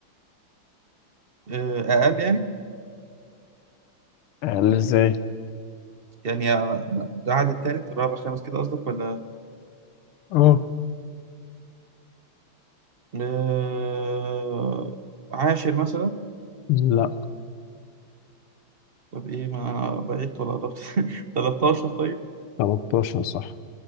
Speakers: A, on the right; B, on the left.
A: آه، اقل يعني
B: قال ازاي
A: يعني يا- ده عدد تالت الرابع خامس كده قصدك ولا
B: اه
A: آه، عاشر مثلا
B: لا
A: طب ايه ما انا بعدت ولا قربت <laughs> 13 طيب
B: 13 صح